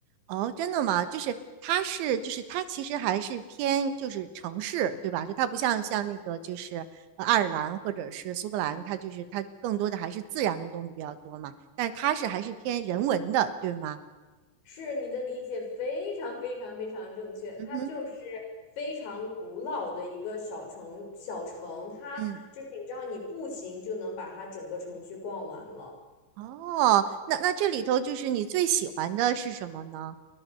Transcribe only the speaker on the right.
哦，真的吗？就是它是就是它其实还是偏就是城市对吧？就它不像像那个就是呃爱尔兰或者是苏格兰，它就是它更多的还是自然的东西比较多嘛。但是它是还是偏人文的对吗？
嗯哼
嗯，
哦，那那这里头就是你最喜欢的是什么呢？